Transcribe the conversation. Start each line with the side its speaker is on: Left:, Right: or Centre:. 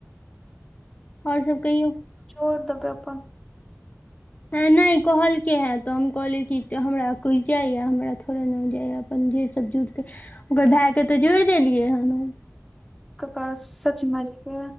Left: और सब कहियौ।
Centre: छोड़ देबै अपन।
Left: ह नय कहलके हे तऽ हम कहलिए कि जे हमरा कही जाया हमरा थोड़े ने जाया। अपन जे सब जुटतै ओकर भैय के तऽ जोईड़ देलियै हन हम।
Centre: ककर सच मे भायजी के